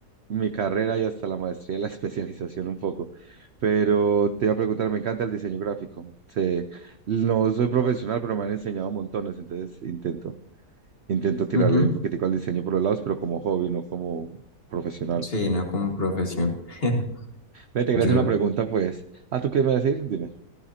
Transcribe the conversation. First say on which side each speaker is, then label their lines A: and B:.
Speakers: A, on the right; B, on the left.
A: mi carrera y hasta la maestría y la <laughs> especialización un poco. Pero te iba a preguntar, me encanta el diseño gráfico. Sí, no soy profesional, pero me han enseñado montones, entonces intento. Intento tirarle
B: Ujú.
A: un poquitico al diseño por los lados, pero como hobby, no como profesional.
B: Sí, no como profesión. <laughs>
A: Ve, te quería
B: Yo
A: hacer una pregunta, pues. Ah, ¿tú qué me vas a decir? Dime.